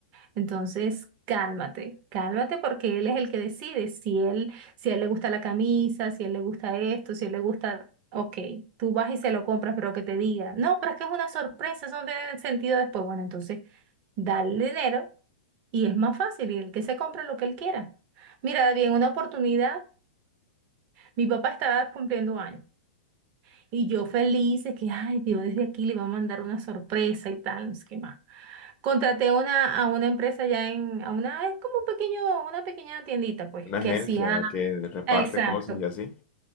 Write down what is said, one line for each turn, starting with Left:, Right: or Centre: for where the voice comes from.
Right: Entonces, cálmate, cálmate porque Él es el que decide si él, si a él le gusta la camisa, si a él le gusta esto, si a él le gusta, ok, tú vas y se lo compras, pero que te diga, no, pero es que es una sorpresa, eso no tiene sentido después. Bueno, entonces, dale el dinero y es más fácil y el que se compra lo que él quiera. Mira, David, en una oportunidad, mi papá estaba cumpliendo años. Y yo feliz de que, ay, Dios, desde aquí le va a mandar una sorpresa y tal, no sé qué más. Contraté a una, a una empresa ya en, a una, es como un pequeño, una pequeña tiendita, pues,
Left: Una
Right: que
Left: agencia
Right: hacía,
Left: que reparte
Right: exacto,
Left: cosas y así.